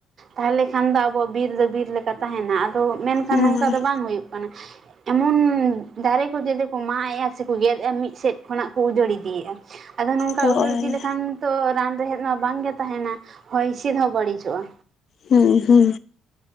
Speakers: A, on the right; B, on the left.
A: ᱛᱟᱦᱞᱮᱠᱷᱟᱱ ᱫᱚ ᱟᱵᱚᱣᱟᱜ ᱵᱤᱨ ᱫᱚ ᱵᱤᱨ ᱞᱮᱠᱟ ᱛᱟᱦᱮᱱᱟ ᱟᱫᱚ ᱢᱮᱱᱠᱷᱟᱱ
B: ᱦᱮᱸ
A: ᱱᱚᱝᱠᱟ ᱫᱚ ᱵᱟᱝ ᱦᱳᱭᱳᱜ ᱠᱟᱱᱟ᱾ ᱮᱢᱚᱱ ᱫᱟᱨᱮ ᱠᱚ ᱡᱮᱫᱮ ᱠᱚ ᱢᱟᱜ ᱮᱼᱟ ᱥᱮᱠᱚ ᱜᱮᱫ ᱮᱼᱟ ᱢᱤᱫ ᱥᱮᱫ ᱠᱷᱚᱱᱟᱜ ᱠᱚ ᱩᱡᱟᱹᱲ ᱤᱫᱤᱭᱮᱫᱼᱟ᱾ ᱟᱫᱚ ᱱᱚᱝᱠᱟ
B: ᱦᱳᱭ
A: ᱩᱡᱟᱹᱲ ᱤᱫᱤ ᱞᱮᱠᱷᱟᱱ ᱛᱚ ᱨᱟᱱ ᱨᱮᱦᱮᱫ ᱢᱟ ᱵᱟᱝ ᱜᱮ ᱛᱟᱦᱮᱱᱟ ᱦᱚᱭ ᱦᱤᱸᱥᱤᱫ ᱦᱚᱸ ᱵᱟᱹᱲᱤᱡᱚᱜᱼᱟ᱾
B: ᱦᱩᱸ ᱦᱩᱸ